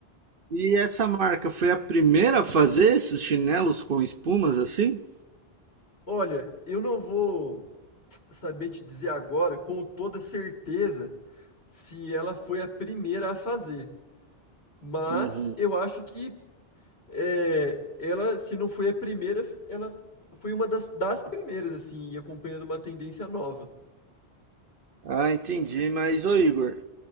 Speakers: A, on the right (about 60°); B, on the left (about 85°).
A: E essa marca foi a primeira a fazer esses chinelos com espumas assim?
B: Olha, eu não vou saber te dizer agora com toda certeza se ela foi a primeira a fazer. Mas
A: Uhum.
B: eu acho que é, ela, se não foi a primeira, ela foi uma das, das primeiras, assim, e acompanhando uma tendência nova.
A: Ah, entendi. Mas, ô Igor,